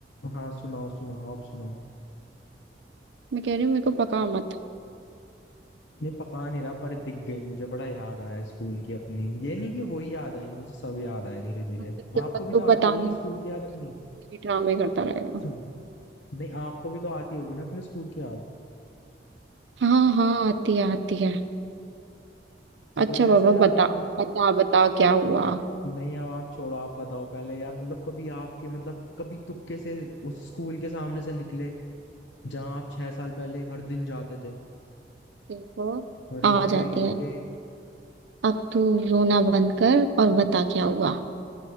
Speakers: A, on the left; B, on the right.
A: हाँ सुनाओ सुनाओ आप सुनाओ
B: मैं कह रही हूँ मेरे को पका मत
A: नहीं पका नहीं रहा पर दिख गई मुझे बड़ा याद आया स्कूल की अपनी ये नहीं कि वही याद आई मुझे सब याद आए धीरे धीरे
B: मतलब जब
A: आपको
B: तक
A: भी
B: तू
A: तो आती
B: बता
A: होगी
B: नहीं
A: स्कूल
B: तब
A: की याद
B: तक
A: अपनी <laughs>
B: ये ड्रामे करता रहेगा
A: <clears throat> नहीं आपको भी तो आती होगी ना अपने स्कूल की याद
B: हाँ हाँ आती है आती है
A: तो कोई
B: अच्छा बाबा
A: ऐसा याद
B: बता
A: नहीं
B: बता बता क्या हुआ
A: नहीं अब आप छोड़ो आप बताओ पहले यार मतलब कभी आपके मतलब कभी तुक्के से उस स्कूल के सामने से निकले जहां आप छह साल पहले हर दिन जाते थे
B: देखो
A: रोके
B: आ जाती
A: धोके
B: है अब तू रोना बंद कर और बता क्या हुआ